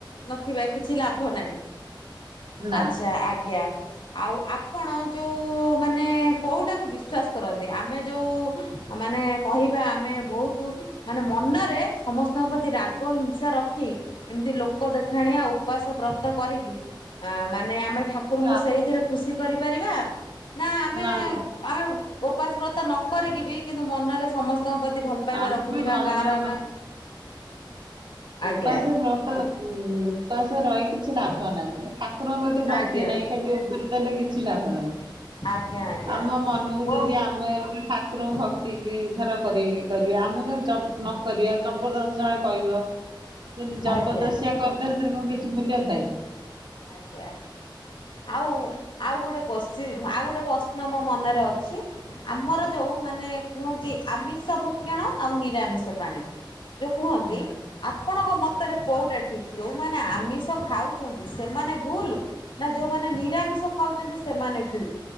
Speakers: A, on the left; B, on the right.
A: ନଥିବା, କିଛି ଲାଭ ନାହିଁ।
B: ନା।
A: ଆଚ୍ଛା ଆଜ୍ଞା। ଆଉ ଆପଣ ଯୋଉ ମାନେ କୋଉଟାକୁ ବିଶ୍ଵାସ କରନ୍ତି? ଆମେ ଯୋଉ ମାନେ କହିବା ଆମେ ବହୁତ ମାନେ ମନରେ ସମସ୍ତଙ୍କ ପ୍ରତି ରାଗ, ହିଂସା ରଖି ଏମିତି ଲୋକ ଦେଖାଣିଆ ଉପାସ ବ୍ରତ କରିକି ଆ ମାନେ ଆମେ ଠାକୁରଙ୍କୁ
B: ଲାଭ
A: ସେଇଥିରେ ଖୁସି କରିପାରିବା ନା ଆମେ
B: ନାଁ ନାଁ।
A: ଆମେ ଉପାସ ବ୍ରତ ନ କରିକି ବି କିନ୍ତୁ ମନରେ ସମସ୍ତଙ୍କ ପ୍ରତି ଭଲ ପାଇବା
B: ଆମେ
A: ରଖିଥିବା
B: ମନ
A: କାହାର ଆମେ
B: ଉପାସ
A: ଆଜ୍ଞା।
B: ବ୍ରତ ଉ ଉପାସ ରହି କିଛି ଲାଭ ନାହିଁ। ଠାକୁରଙ୍କ ପ୍ରତି ଭକ୍ତି
A: ଆଜ୍ଞା।
B: ନାହିଁ ଖାଲି ଉପରେ ଦେଲେ କିଛି ଲାଭ ନାହିଁ।
A: ଆଜ୍ଞା ଆଜ୍ଞା
B: ଆମ ମନକୁ
A: ମୋ
B: ଯଦି ଆମେ ଗଟେ ଠାକୁରଙ୍କୁ ଭକ୍ତି କି ଧର କରିବ କରିବେ। ଆମ ନକରିବେ ଜବରଦସ୍ତ ଜଣେ କହିବ ଯେମିତି ଜବର
A: ଆଜ୍ଞା
B: ଦସ୍ତିଆ କଲେ ସେଥିରେ କଣ କିଛି ମୂଲ୍ୟ ଥାଏ।
A: ଆଜ୍ଞା। ଆଉ ଆଉ ଗୋଟେ କୋଶ୍ଚିନ ଆଉ ଗୋଟେ ପ୍ରଶ୍ନ ମୋ ମନରେ ଅଛି। ଆମର ଯୋଉ ମାନେ କୁହନ୍ତି ଆମିଷ ଭକ୍ଷଣ ଆଉ ନି ନିରାମିଷ ପାଣି ଯେଉଁ କୁହନ୍ତି
B: ନା
A: ।ଆପଣଙ୍କ ମତରେ କେଉଁଟା ଠିକ୍? ଯେଉଁମାନେ ଆମିଷ ଖାଉଛନ୍ତି ସେମାନେ ଭୁଲ ନା ଯୋଉମାନେ ନିରାମିଷ ଖାଉଛନ୍ତି ସେମାନେ ଠିକ୍।